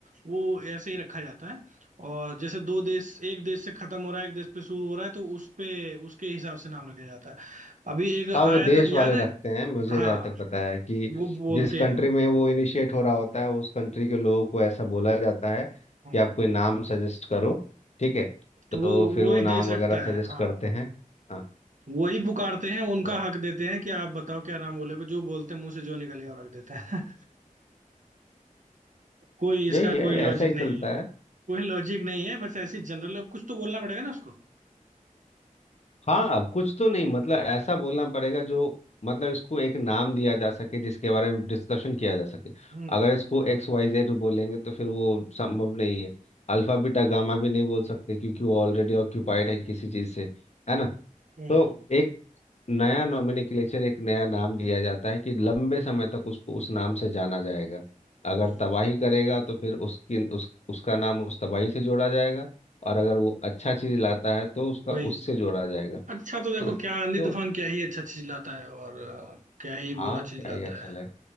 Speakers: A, on the right (about 65°); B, on the left (about 50°).
A: वो ऐसे ही रखा जाता है और जैसे दो देश एक देश से खत्म हो रहा है एक देश पे शुरू हो रहा है तो उस पे उसके हिसाब से नाम रखा जाता है अभी एक
B: हाँ
A: आया
B: वो देश
A: था याद
B: वाले
A: है
B: रखते हैं मुझे
A: हाँ
B: जहाँ तक पता है कि
A: वो बोलते
B: जिस कंट्री
A: हैं
B: में वो इनिशिएट हो रहा होता है उस कंट्री के लोगों को ऐसा बोला जाता है
A: हम्म,
B: कि आप कोई नाम सजेस्ट करो ठीक है
A: तो
B: तो
A: वो
B: फिर
A: वो
B: वो
A: ही
B: नाम
A: देश रखता
B: वगैरह सजेस्ट
A: है हाँ
B: करते हैं हाँ
A: वही पुकारते हैं उनका
B: तो
A: हक देते हैं कि आप बताओ क्या नाम बोले जो बोलते हैं मुंह से जो निकल गया वो रख देते हैं <laughs> कोई इसका
B: यही है
A: कोई लॉजिक
B: ऐसा ही
A: नहीं
B: चलता
A: है
B: है
A: कोई लॉजिक नहीं है बस ऐसे जनरल अब कुछ तो बोलना पड़ेगा ना उसको
B: हाँ कुछ तो नहीं मतलब ऐसा बोलना पड़ेगा जो मतलब इसको एक नाम दिया जा सके जिसके बारे में डिस्कशन किया जा सके
A: हम्म
B: अगर इसको एक्स वाई जेड बोलेंगे तो फिर वो संभव नहीं है अल्फा बीटा गामा भी नहीं बोल सकते क्योंकि वो ऑलरेडी ऑक्यूपाइड है किसी चीज से है ना
A: हम्म
B: तो एक नया नोमेनक्लेचर एक नया नाम दिया जाता है कि लंबे समय तक उसको उस नाम से जाना जाएगा अगर
A: हम्म,
B: तबाही करेगा तो फिर उसकी उस उसका नाम उस तबाही से जोड़ा जाएगा और अगर वो अच्छा चीज लाता है तो उसका
A: वही
B: उससे जोड़ा जाएगा
A: अच्छा तो देखो
B: है ना
A: क्या आंधी
B: तो
A: तूफान क्या ही अच्छा चीज लाता है और अ, क्या ही
B: हाँ
A: बुरा
B: क्या
A: चीज
B: ही
A: लाता
B: अच्छा
A: है
B: लगे